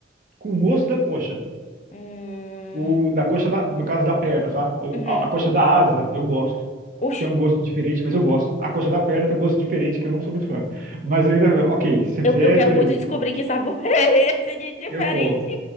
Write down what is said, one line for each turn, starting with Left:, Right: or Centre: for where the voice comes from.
Right: com o osso da coxa.
Left: Hum...
Right: O, da coxa, da, no caso da perna, tá? O,
Left: Uhum.
Right: a, a coxa da asa eu gosto.
Left: Ux,
Right: tem um gosto diferente, mas eu gosto. A coxa da perna tem um gosto diferente que eu não sou muito fã. Mas eu ainda, ok, se
Left: eu,
Right: fizer,
Left: eu quero
Right: beleza.
Left: muito descobrir que sabor <laughs> é esse de diferente.
Right: Eu como.